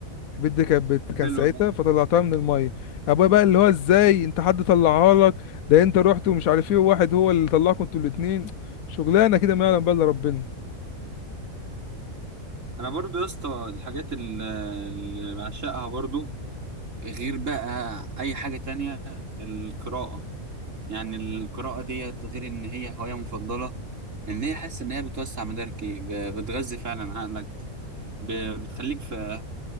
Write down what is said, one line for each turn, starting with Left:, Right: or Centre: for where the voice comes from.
Left: البت دي كانت بت- كان
Right: حلو
Left: ساعتها
Right: ده
Left: فطلعتها من الميه ابويا بقى اللي هو ازاي انت حد طلعها لك ده انت رحت ومش عارف ايه وواحد هو اللي طلعكم انتوا الاتنين شغلانه كده ما يعلم بقى الا ربنا
Right: انا برضو يا اسطى الحاجات ال- اللي بعشقها برضو غير بقى اي حاجة تانية القراءة يعني القراءة ديت غير ان هي هواية مفضلة ان هي حاسس ان هي بتوسع مداركي ب- بتغذي فعلا عقلك ب- بتخليك في